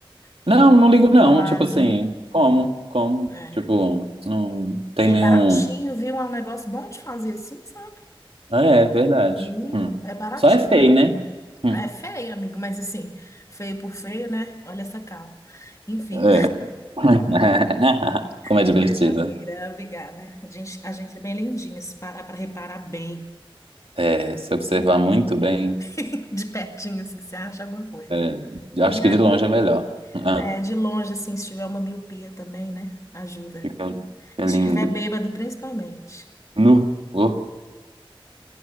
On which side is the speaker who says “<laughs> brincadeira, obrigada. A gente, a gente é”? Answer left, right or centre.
Left